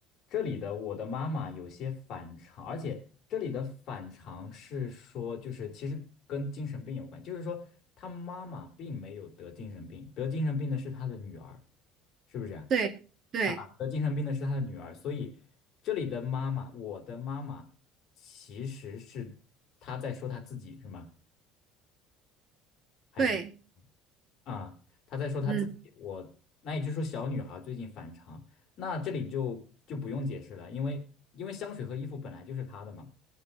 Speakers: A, on the left (about 45°); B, on the right (about 35°).
A: 这里的我的妈妈有些反常，而且这里的反常是说，就是其实跟精神病有关，就是说她妈妈并没有得精神病，得精神病的是她的女儿，是不是啊？
B: 对对
A: 啊，得精神病的是他的女儿，所以这里的妈妈，我的妈妈，其实是她在说她自己是吗？还是
B: 对，
A: 啊，她在说她自己？
B: 嗯
A: 我那也就是说，小女孩最近反常，那这里就就不用解释了，因为因为香水和衣服本来就是她的嘛，